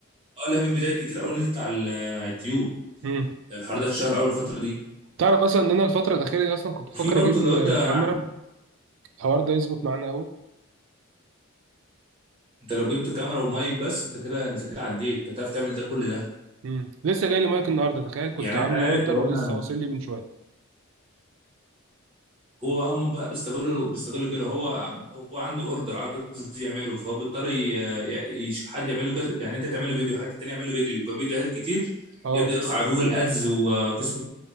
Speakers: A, on the right; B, on the right.
A: اه لا في فيديوهات كتير قوي نزلت على ال- على اليوتيوب
B: امم
A: الحوار ده اتشهر اول الفتره دي
B: تعرف اصلا ان انا الفتره الاخيره دي اصلا كنت بفكر
A: وفي برضه
B: اجيب
A: لو انت
B: آه،
A: انا
B: كاميرا
A: عارف
B: الحوار ده يظبط معانا قوي
A: انت لو جبت كاميرا ومايك بس انت كده انت كده عديت انت هتعرف تعمل ده كل ده
B: امم لسه جاي لي مايك النهارده تخيل كنت
A: يعني
B: عامل
A: انت عارف
B: اوردر
A: لو
B: ولسه
A: انا
B: واصل لي من شويه
A: هو بقى هم بقى بيستغلوا بيستغلوا كده هو هو عنده اوردر عايز يعمله فهو بيضطر ي- ي- يشوف حد يعمل له كذا يعني انت تعمل له فيديو حد تاني يعمل له فيديو يبقى فيديوهات كتير
B: اه
A: يبدا يدخل على جوجل ادز وفيسبوك